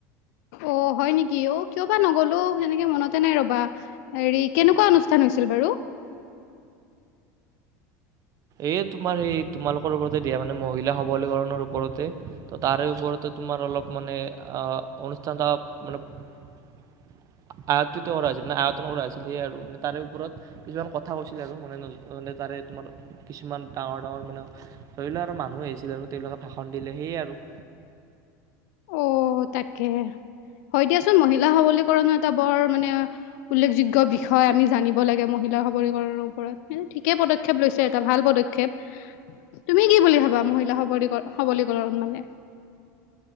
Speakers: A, on the left; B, on the right.
A: অ', হয় নেকি? অ', কিয়বা নগলো, সেনেকে মনতে নাই ৰ'বা হেৰি কেনেকুৱা অনুষ্ঠান হৈ আছিল বাৰু।
B: এই তোমাৰ সেই তোমালোকৰ ওপৰতে দিয়ে মানে, মহিলা সবলীকৰণৰ ওপৰতে ত' তাৰে ওপৰতে তোমাৰ অলপ মানে, অ', অনুষ্ঠান এটা মানে আয়ত্তটো কৰা হৈছিল, আয়ত যত্ন কৰা হৈছিল সেয়ে আৰু, মানে তাৰে ওপৰত কিছুমান কথা কৈছিলে আৰু মানে তাৰে তোমাৰ কিছুমান ডাঙৰ ডাঙৰ মানে ধৰি লওক আৰু মানুহ আহিছিলে আৰু তেওঁবিলাকে ভাষণ দিলে সেয়ে আৰু।
A: অ' তাকে। হয় দিয়াচোন মহিলা সৱলীকৰণো এটা বৰ মানে উল্লেখযোগ্য বিষয় আমি জানিব লাগে। সবলীকৰৰ ওপৰত ঠিকে পদক্ষেপ লৈছে এটা ভাল পদক্ষেপ, তুমি কি বুলি ভাবা? মহিলা সবলীকৰ সবলীকৰণ মানে।